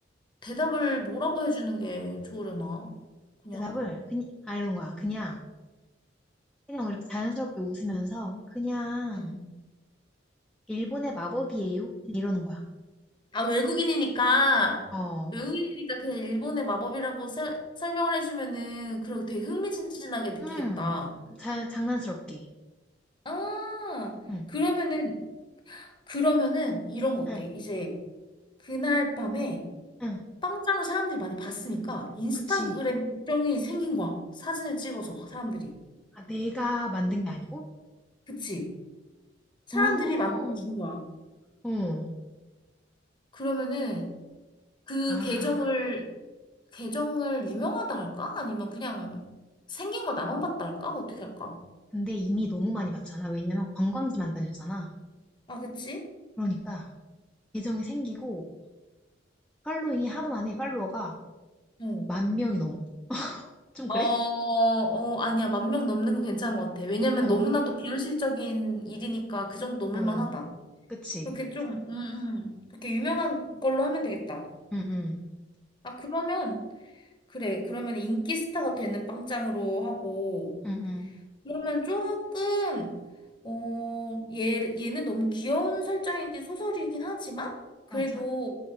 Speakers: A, on the left; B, in the centre.
A: 대답을 뭐라고 해주는 게 좋으려나? 그냥.
B: 대답을 그냥 아 이런 거야. 그냥 그냥 이렇게 자연스럽게 웃으면서 그냥
A: 응.
B: 일본의 마법이에요. 이러는 거야.
A: 아, 외국인이니까,
B: 어.
A: 외국인이니까 그냥 일본의 마법이라고 설, 설명을 해주면은, 그럼 되게 흥미진진하게 느끼겠다.
B: 음. 자, 장난스럽게.
A: 아,
B: 응.
A: 그러면은, 그러면은, 이런 거 어때?
B: 응.
A: 이제, 그날 밤에
B: 응.
A: 빵장을 사람들이 많이 봤으니까, 인스타그램
B: 그치.
A: 계정이 생긴 거야. 사진을 찍어서, 사람들이.
B: 아, 내가 만든 게 아니고?
A: 그치? 사람들이
B: 어.
A: 만들어준 거야.
B: 어.
A: 그러면은, 그
B: 아.
A: 계정을, 계정을 유명하다 할까? 아니면 그냥 생긴 거 나만 봤다 할까? 어떻게 할까?
B: 근데 이미 너무 많이 봤잖아. 왜냐면 관광지만 다녔잖아.
A: 아, 그치?
B: 그러니까 계정이 생기고 팔로잉이 하루 만에 팔로워가
A: 어.
B: 만 명이 넘어. 좀
A: 어,
B: 그래?
A: 어, 아니야. 만 명 넘는 거 괜찮은 것 같아. 왜냐면
B: 어,
A: 너무나도 비현실적인 일이니까 그 정도 넘을
B: 어.
A: 만하다.
B: 그치?
A: 그렇게 좀, 음, 음. 그렇게 유명한 걸로 하면 되겠다.
B: 응, 응,
A: 아, 그러면, 그래. 그러면 인기 스타가 되는 빵짱으로 하고,
B: 응, 응.
A: 그러면 조금, 어, 얘, 얘는 너무 귀여운 설정이긴 소설이긴 하지만, 그래도
B: 맞아.